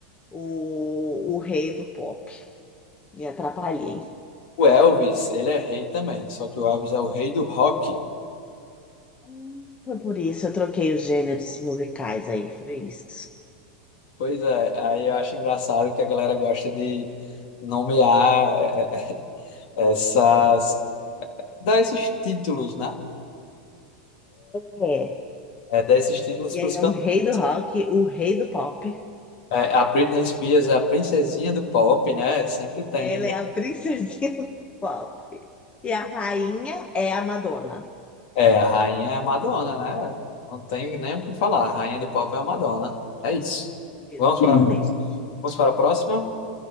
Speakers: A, on the left; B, on the left.
A: o, o rei do pop. Me atrapalhei.
B: O Elvis, ele é rei também, só que o Elvis é o rei do rock.
A: Hum, Foi por isso eu troquei os gêneros musicais aí, foi isso.
B: Pois é, aí eu acho engraçado que a galera gosta de nomear é, essas, dar esses títulos, né?
A: É.
B: É, dar esses títulos
A: E
B: para
A: aí
B: os
A: é
B: cantores.
A: o rei do rock, o rei do pop.
B: a Britney Spears é a princesinha do pop, né? Sempre tem.
A: Ela é a princesinha <laughs> do pop. E a rainha é a Madonna.
B: É, a rainha é a Madonna, né? Não tem nem o que falar. A rainha do pop é a Madonna. É isso.
A: Exatamente.
B: Vamos para, Sim. vamos para a próxima.